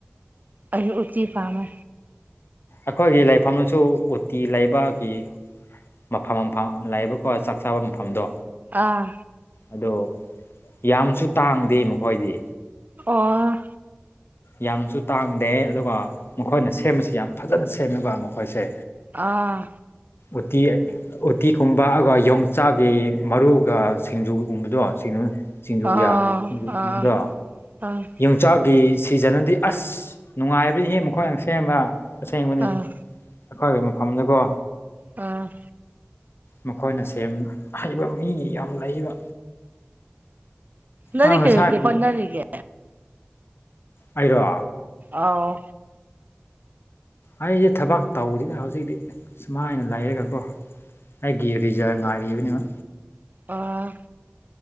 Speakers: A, on the right; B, on the left.
A: ꯑꯩꯖꯨ ꯎꯇꯤ ꯄꯥꯝꯃꯦ
B: ꯑꯩꯈꯣꯏꯒꯤ ꯂꯩꯐꯝꯗꯁꯨ ꯎꯇꯤ ꯂꯩꯕꯒꯤ ꯃꯐꯝ ꯃꯐꯝ ꯂꯩꯕꯀꯣ ꯆꯥꯛ ꯆꯥꯕ ꯃꯐꯝꯗꯣ
A: ꯑꯥ
B: ꯑꯗꯣ ꯌꯥꯝꯁꯨ ꯇꯥꯡꯗꯦ ꯃꯈꯣꯏꯗꯤ
A: ꯑꯣ
B: ꯌꯥꯝꯅꯁꯨ ꯇꯥꯡꯗꯦ ꯑꯗꯨꯒ ꯃꯈꯣꯏꯅ ꯁꯦꯝꯕꯁꯤ ꯌꯥꯝ ꯐꯖꯅ ꯁꯦꯝꯃꯤꯕ ꯃꯈꯣꯏꯁꯦ
A: ꯑꯥ
B: ꯎꯠꯇꯤ ꯎꯇꯤꯒꯨꯝꯕ ꯑꯗꯨꯒ ꯌꯣꯡꯆꯥꯛꯒꯤ ꯃꯔꯨꯒ ꯁꯤꯡꯖꯨꯒꯨꯝꯕꯗꯣ ꯁꯤꯅ ꯆꯁꯤꯡꯖꯨ
A: ꯑꯥ
B: ꯌꯥ ꯁꯤꯡꯖꯨꯒꯨꯝꯕꯗꯣ
A: ꯑꯥ ꯑꯥ
B: ꯌꯣꯡꯆꯥꯛꯀꯤ ꯁꯤꯖꯟꯗꯤ ꯑꯁ ꯅꯨꯡꯉꯥꯏꯕꯗꯤ ꯍꯦ ꯃꯈꯣꯏꯅ ꯁꯦꯝꯕ ꯑꯁꯦꯡꯕꯅꯤ
A: ꯑꯥ
B: ꯑꯩꯈꯣꯏꯒꯤ ꯃꯐꯝꯗꯀꯣ
A: ꯑ
B: ꯃꯈꯣꯏꯅ ꯁꯦꯝ ꯑꯍꯩꯕ ꯃꯤ ꯌꯥꯝ ꯂꯩꯕ
A: ꯅꯪꯗꯤ
B: ꯑꯥ ꯉꯁꯥꯏꯒꯤ
A: ꯀꯩ ꯀꯩ ꯍꯣꯠꯅꯔꯤꯒꯦ
B: ꯑꯩꯔꯣ
A: ꯑꯥꯎ
B: ꯑꯩꯖꯦ ꯊꯕꯛ ꯇꯧꯗꯤꯗ ꯍꯧꯖꯤꯛꯇꯤ ꯁꯨꯃꯥꯏꯅ ꯂꯩꯔꯒꯀꯣ ꯑꯩꯒꯤ ꯔꯤꯖꯥ ꯉꯥꯏꯔꯤꯕꯅꯤꯅ
A: ꯑ